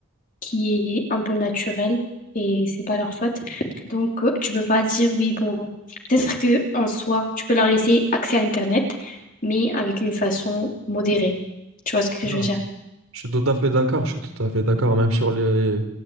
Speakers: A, on the left; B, on the right.
A: qui est un peu naturelle et c'est pas leur faute. Donc, euh, tu peux pas dire oui, bon, peut-être que en soi, tu peux leur laisser accès à Internet, mais avec une façon modérée. Tu vois ce que
B: non,
A: je veux dire?
B: je suis tout à fait d'accord, je suis tout à fait d'accord. Même sur les...